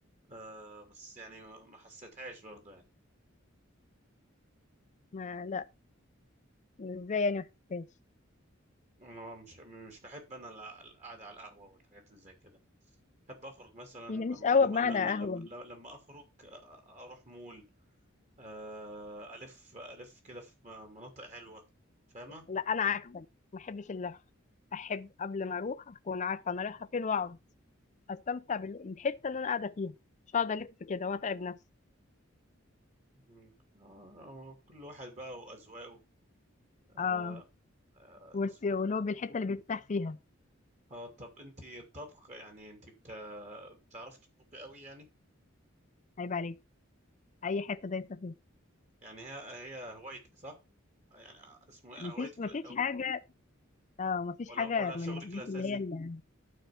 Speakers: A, on the right (about 35°); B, on the left (about 35°).
A: آه. بس يعني ما ما حسيتهاش برضه يعني
B: ما لا ازاي يعني ما حسيتهاش
A: هو مش مش بحب انا الع- القعده على القهوه والحاجات اللي زي كده بحب اخرج مثلا
B: هي
A: لما
B: مش قهوه
A: لما
B: بمعنى
A: لا- لا-
B: قهوه
A: لما لما لما اخرج أ- اروح مول آه، الف الف كده في م- مناطق حلوه فاهمه
B: لا انا عكسك ما احبش اللف احب قبل ما اروح اكون عارفه انا رايحه فين واقعد استمتع بالحته اللي انا قاعده فيها مش هقعد الف كده واتعب نفسي
A: مم. آه، آه، كل واحد بقى واذواقه آه،
B: اه
A: آه،
B: وارت-
A: اسمه
B: ولو بالحته اللي بيرتاح فيها
A: آه، طب انت الطبخ يعني انت بت... بتعرف تطبخي قوي يعني
B: عيب عليك اي حته دايسه فيها
A: يعني هي هي هوايتك صح يعني اسمه إيه؟
B: مفيش
A: هوايتك
B: مفيش
A: الأ-
B: حاجه اه مفيش
A: ولا
B: حاجه
A: ولا شغلك
B: من الحاجات
A: الاساسي
B: اللي هي اللي...